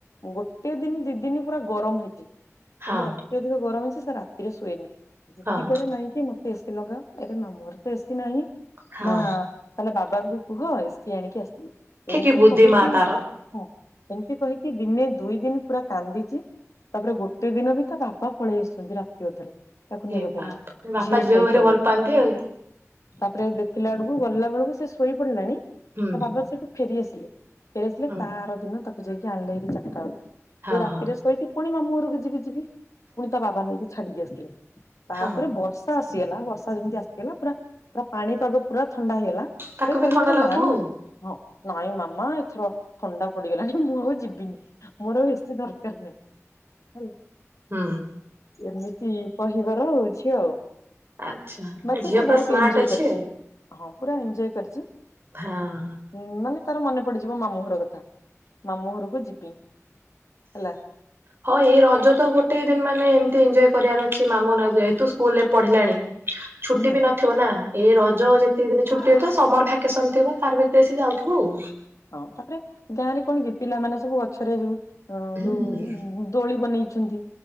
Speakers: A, on the left; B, on the right.
A: ଗୋ ଗୋଟେ ଦିନ ଦି ଦିନ ପୁରା ଗରମ ହେଇଛି ଯେମିତି
B: ହଁ।
A: ଅତ୍ୟ ଧିକ ଗରମ ହେଇଛି ସେ ରାତିରେ ଶୁଏନି। ଜିଦି
B: ହଁ
A: କରେ ନାଇଁ କିି ମତେ ଏସି ଲଗାଅ ଏରେ ମାମୁଁ ଘରେ ତ ଏସିି ନାହିଁ।
B: ହଁ
A: ନା ତାହେଲେ ବାବାଙ୍କୁ କୁହ ଏସିି ଆଣିକି ଆସିବେ।
B: ଠିକି
A: ଏମିତି
B: ବୁଦ୍ଧି
A: କହିକି
B: ମା ତାର
A: ହଁ ଏମିତି କହିକି ଦିନେ ଦୁଇ ଦିନ ପୁରା କାନ୍ଦିଛି ତାପରେ ଗୋଟେ ଦିନ ବି ତା ବାବା ପଳେଇ ଆସିଛନ୍ତି ରାତି ଅଧରେ। ତାକୁ ନେବା
B: ଏ
A: ପାଇଁ
B: ବାପା ବାପା
A: ଝିଅ
B: ଝିଅକୁ
A: ଶୋଇପାରୁନି।
B: ଭାରି ଭଲ ପାଆନ୍ତି ଆଉ
A: ତାପରେ ଦେଖିଲା ବେଳକୁ ଗଲା ବେଳକୁ ସେ ଶୋଇ ପଡିଲାନି
B: ହୁଁ
A: ତା ବାବା ସେଠୁ ଫେରି ଆସିଲେ ଫେରିଆସିଲେ
B: ହୁଁ
A: ତାରର ଦିନ ତାକୁ ଯାଇକି ଆଣିଲେ ହେରି ଚାରିଟା ବେଳକୁ
B: ହଁ
A: ସେ ରାତିରେ
B: ହଁ
A: ଶୋଇ ପୁଣି ମାମୁଁ ଘରକୁ ଯିବି ଯିବି ପୁଣି ତା ବାବା ନେଇକି ଛାଡିକି ଆସିଲେ ତାପରେ
B: ହଁ
A: ବର୍ଷେ ଆସିଗଲା ବର୍ଷା ଯେମିତି ଆସିଗଲା ପୁରା ପୁରା ପାଣି ପାଗ ପୁରା ଥଣ୍ଡା ହେଇଗଲା
B: ତାକୁ
A: ସେ କହିବ
B: ବି ଥଣ୍ଡା
A: ଯେ
B: ଲାଗୁଥିବ
A: ନାଇଁ ନାଇଁ ହଁ ନାଇଁ ମାମା ଏଥର ଥଣ୍ଡା ପଡିଗଲାଣି ମୁଁ ଆଉ ଯିବି ମୋର ଆଉ ଏେଶି ଦରକାର ନାହିଁ ହେଲା
B: ହଁ
A: ଏମିତି କହିବାର ହଉଛି ଆଉ
B: ଆଚ୍ଛା
A: ବାକି
B: ଝିଅ
A: ସେ
B: ପୁରା
A: ବହୁତ
B: ସ୍ମାର୍ଟ
A: ଏଞଜୟ
B: ଅଛି
A: କରିଛି
B: ଆଉ
A: ହଁ ପୁରା ଏଜୟ କରିଛି
B: ହଁ
A: ଉଁ ମାନେ ତାର ମନେ ପଡିଯିବ ମାମୁଁ ଘର କଥା ମାମୁଁ ଘରକୁ ଯିବି ହେଲା
B: ହଁ ଏଇ ରଜ ତ ଗୋଟେ ଦିନ ମାନେ ଏମତି ଏଞଜୟ କରିବାର ଅଛି ମାମଁ ରଜ ଏତୁ ସ୍କୁଲ ରେ ପଢିଲାଣି ଛୁଟି
A: ହୁଁ
B: ବି ନଥିବ ନା ଏଇ ରଜ ଯେତିକି ଦିନ ଛୁଟି ଅଥିବ ସମର ଭାକେସନ ଥିବ ତାର ଭିତରେ ସି ଯାଉଥିବ ଆଉ
A: ହଁ ତାପରେ ଗାଁ ରେ କଣ କି ପିଲା ମାନେ ସବୁ ଗଛରେ ଯୋଉ ଅ
B: ହୁଁ
A: ଯୋଉ ଦୋଳି ବନେଇଛନ୍ତି